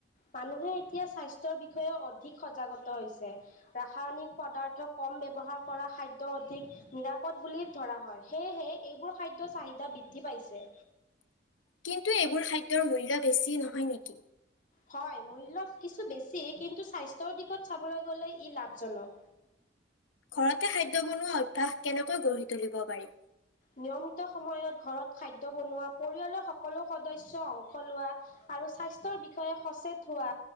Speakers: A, on the left; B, on the left.
A: মানুহে এতিয়া স্বাস্থ্যৰ বিষয়েও অধিক সজাগতা হৈছে। ৰাসায়নিক পদাৰ্থ কম বয্ৱহাৰ কৰা খাদ্য অধিক নিৰাপদ বুলি ধৰা হয়, সেয়েহে এইবোৰ খাদ্যৰ চাহিদা বৃদ্ধি পাইছে।
B: কিন্তু এইবোৰ খাদ্যৰ মূল্য বেছি নহয় নেকি?
A: হয়, মূল্য কিছু বেছি কিন্তু স্বাস্থ্যৰ দিশত চাবলৈ গ'লে ই লাভজনক।
B: ঘৰতে খাদ্য বনোৱা অভ্যাস কেনেকৈ গঢ়ি তুলিব পাৰি?
A: নিয়মিত সময়ত ঘৰত খাদ্য বনোৱা, পৰিয়ালৰ সকলো সদস্য় অংশ লোৱা আৰু স্বাস্থ্যৰ বিষয়ে সচেত হোৱা